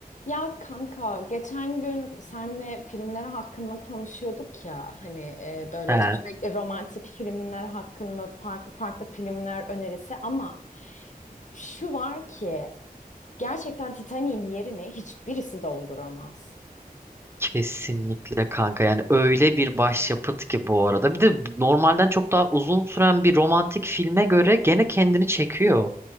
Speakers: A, on the left; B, on the right.
A: Ya kanka geçen gün senle filmler hakkında konuşuyorduk ya hani e, böyle
B: He,
A: sürekli romantik filmler hakkında farklı farklı filmler önerisi ama şu var ki gerçekten Titanic'in yerini hiçbirisi dolduramaz.
B: kesinlikle kanka yani öyle bir başyapıt ki bu arada. Bir de normalden çok daha uzun süren bir romantik filme göre gene kendini çekiyor.